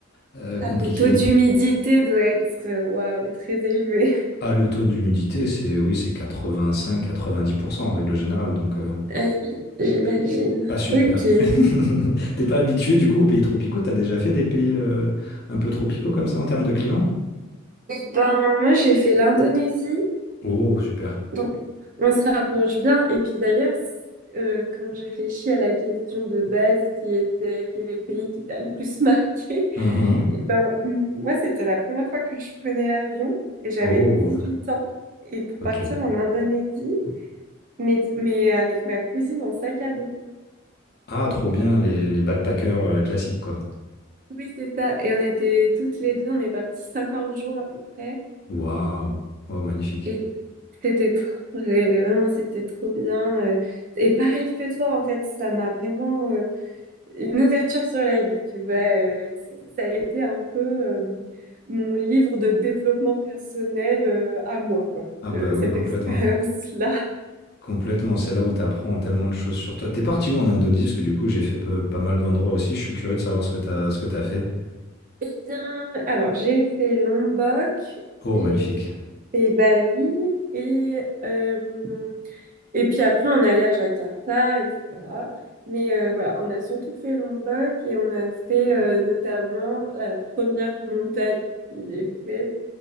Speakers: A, on the left; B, on the right.
A: euh,
B: Ah,
A: compliqué.
B: le taux d'humidité doit être, euh, waouh, très élevé.
A: Ah, le taux d'humidité, c'est oui, c'est 85-90% en règle générale, donc euh,
B: Euh, j'imagine.
A: pas super.
B: Ok. Eh
A: <laughs> T'es pas habitué du coup aux pays tropicaux, t'as déjà fait des pays euh, un peu tropicaux comme ça en termes de climat?
B: ben, moi, j'ai fait l'Indonésie.
A: Oh, super.
B: Donc, on se rapproche bien. Et puis d'ailleurs, euh, quand je réfléchis à la question de base qui était quel est le pays qui t'a le plus marqué,
A: Mhm.
B: <laughs> eh ben, m- moi, c'était la première fois que je prenais l'avion et j'avais
A: Oh,
B: 18 ans. Et pour partir
A: ok.
B: en Indonésie, mais, mais avec ma cousine en sac à dos.
A: Ah, trop bien,
B: Et
A: les,
B: donc,
A: les backpackers euh, classiques, quoi.
B: oui, c'est ça. Et on était toutes les deux, on est partis 50 jours à peu près.
A: Waouh. Oh, magnifique.
B: Et c'était trop, mais vraiment, c'était trop bien. euh. Et pareil que toi, en fait, ça m'a vraiment euh, une ouverture sur la vie, tu vois. euh, c'est- ça a été un peu euh, mon livre de développement personnel euh, à moi, quoi,
A: Ah
B: le-
A: bah oui,
B: cette
A: complètement.
B: expérience-là.
A: Complètement, c'est là où t'apprends tellement de choses sur toi. T'es parti où en Indonésie? Parce que du coup, j'ai fait pe- pas mal d'endroits aussi. Je suis curieux de savoir ce que t'as, ce que t'as fait.
B: Eh bien, alors, j'ai fait Lombok,
A: Oh,
B: j'ai
A: magnifique.
B: fait Bali et euh, Et puis après, on est allé à Jakarta, etc. Mais euh, voilà, on a surtout fait Lombok et on a fait euh, notamment la première montagne que j'ai faite.